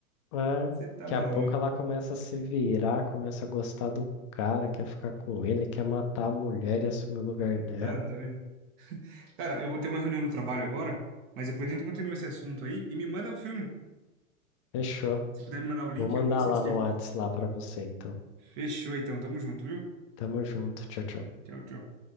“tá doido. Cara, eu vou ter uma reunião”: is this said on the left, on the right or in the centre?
Right